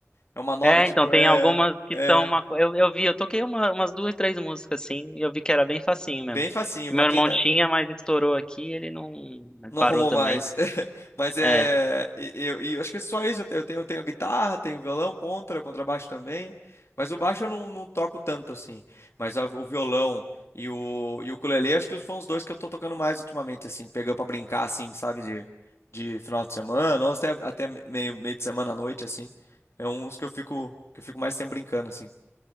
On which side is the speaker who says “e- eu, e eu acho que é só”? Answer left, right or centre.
Left